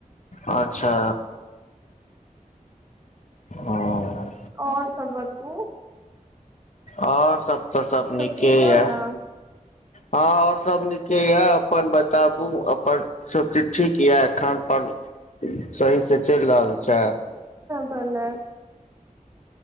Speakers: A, on the left (about 60°); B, on the right (about 20°).
A: अच्छा ह
B: और सब बतबु
A: और सभ तऽ सभ नीके
B: ठीक
A: यए
B: यऽ ने
A: हँ और सब नीके ये अपन बताबु अपन सब चीज ठीक ये खान पान सहीसँ चलि रहल छै
B: भलै